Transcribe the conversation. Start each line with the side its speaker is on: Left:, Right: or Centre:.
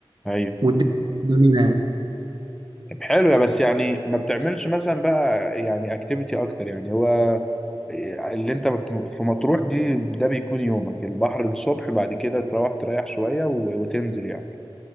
Centre: ايوه
Right: والدنيا جميلة يعني
Centre: طب حلو يا بس يعني ما بتعملش مثلا بقى يعني اكتيفيتي اكتر يعني هو اللي انت في في مطروح دي ده بيكون يومك البحر الصبح بعد كده تروح تريح شوية و- وتنزل يعني